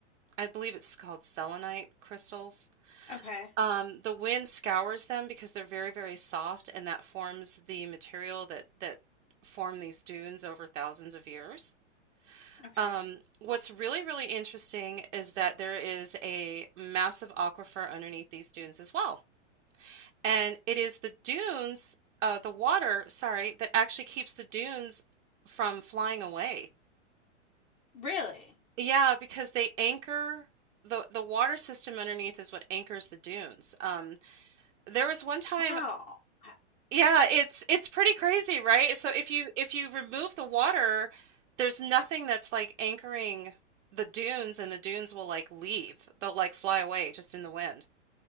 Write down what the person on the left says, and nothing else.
Okay.
Okay.
Really?
How? H-